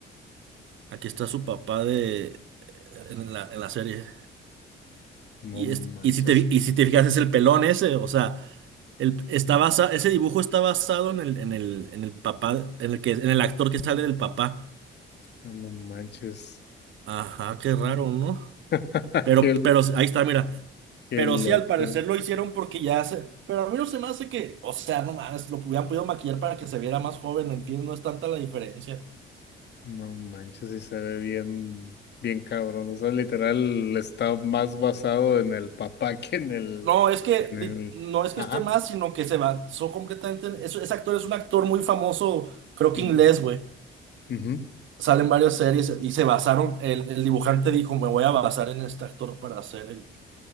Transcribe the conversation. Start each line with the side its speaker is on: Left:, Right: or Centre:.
Right: Aquí está su papá de... En la, en la serie.
Left: No
Right: Y,
Left: manches.
Right: es- y, si te, fi- y si te fijas, es el pelón ese. O sea, el, está basa- ese dibujo está basado en el, en el, en el papá, en el que, en el actor que sale del papá.
Left: Ah, No manches.
Right: Ajá, qué raro, ¿no?
Left: <laughs>
Right: Pero,
Left: Qué,
Right: pero ahí está, mira.
Left: qué
Right: Pero
Left: loco.
Right: sí, al parecer lo hicieron porque ya se. Pero a mí no se me hace que. O sea, no mames, lo hubieran podido maquillar para que se viera más joven, entiendo, no es tanta la diferencia.
Left: No manches, y se ve bien, bien cabrón. O sea, literal está más basado en el papá que en el,
Right: No, es que
Left: en el,
Right: li- no es
Left: ajá.
Right: que esté más, sino que se basó completamente en. eso- ese actor es un actor muy famoso, creo que
Left: Ujú,
Right: inglés, güey.
Left: ujú.
Right: Salen varias series y se basaron. El, el dibujante dijo: Me voy a basar en este actor para hacer el,